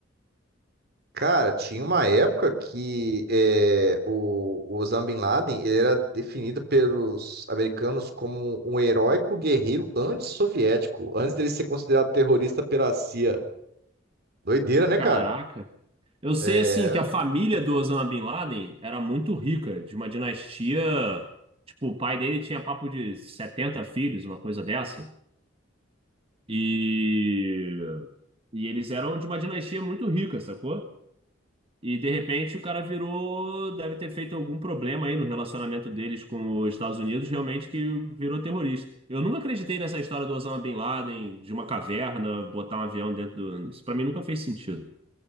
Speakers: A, on the right (about 55°); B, on the right (about 30°).
A: Cara, tinha uma época que é, o, o Osama Bin Laden ele era definido pelos americanos como um heróico guerreiro antissoviético, antes dele ser considerado terrorista pela CIA. Doideira, né, cara?
B: Caraca. Eu sei,
A: É.
B: assim, que a família do Osama Bin Laden era muito rica, de uma dinastia... Tipo, o pai dele tinha papo de 70 filhos, uma coisa dessa. E, e eles eram de uma dinastia muito rica, sacou? E de repente o cara virou, deve ter feito algum problema aí no relacionamento deles com os Estados Unidos, realmente que virou terrorista. Eu nunca acreditei nessa história do Osama Bin Laden, de uma caverna, botar um avião dentro do. Isso pra mim nunca fez sentido.